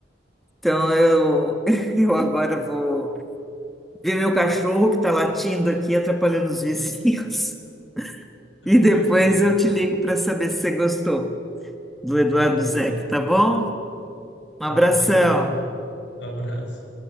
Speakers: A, in the centre; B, on the left.
A: Então eu, <laughs> eu agora vou ver meu cachorro que está latindo aqui, atrapalhando os vizinhos. E depois
B: Perfeito,
A: eu
B: então.
A: te ligo para saber se você gostou do Eduardo
B: Tá bom,
A: Zeck,
B: então.
A: tá bom? Um abração.
B: Tá, obrigado. Abraço.